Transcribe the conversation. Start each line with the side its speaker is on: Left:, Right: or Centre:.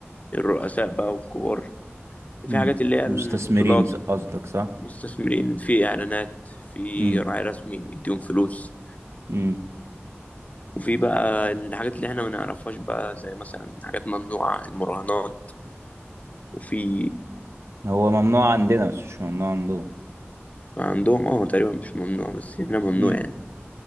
Left: الرؤساء بقى والكبار وفي
Right: امم
Left: حاجات اللي هي
Right: مستثمرين
Left: البطولات
Right: س- قصدك صح
Left: مستثمرين في إعلانات في
Right: امم
Left: راعي رسمي بيديهم فلوس
Right: امم
Left: وفي بقى الحاجات اللي احنا ما نعرفهاش بقى زي مثلا حاجات ممنوعة المراهنات وفي
Right: هو ممنوع عندنا بس مش ممنوع عندهم
Left: عندهم اه تقريبا مش ممنوع بس هنا ممنوع
Right: امم
Left: يعني